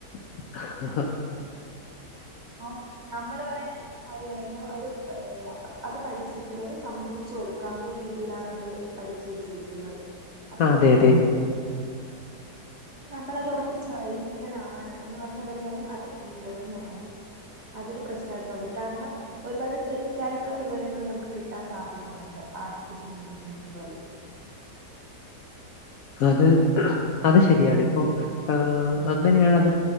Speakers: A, on the left; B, on the right.
A: ആ
B: അ നമ്മള് പറയുന്ന എന്ത് കാര്യമായാലും അവര് അത് പഠിച്ചിരിക്കുന്നത് സമ്മതിച്ചു കൊടുക്കാന്ന ഒരു രീതിയിലാണ് അത് പഠിച്ച വെച്ചിരിക്കുന്നത് അപ്പം
A: ആ അതെ അതെ
B: നമ്മളത് ഉറപ്പിച്ച് പറയും ഇങ്ങനെ ആണ് എന്ന് പറഞ്ഞ അവര് പറയും അതെ ഇങ്ങനെത്തന്നെ ആണ് അതൊരു പ്രശ്‌നായിട്ടു തോന്നി കാരണം ഒരുപാട് തെറ്റായിട്ടുള്ള വിവരങ്ങൾ നമുക്ക് കിട്ടാൻ സാധ്യത ഉണ്ട് ആർട്ടിഫിഷ്യൽ വീഡിയോസ് വഴി
A: അത് അത് ശരിയാണ് ഇപ്പോൾ അങ്ങനെയാണ് അത്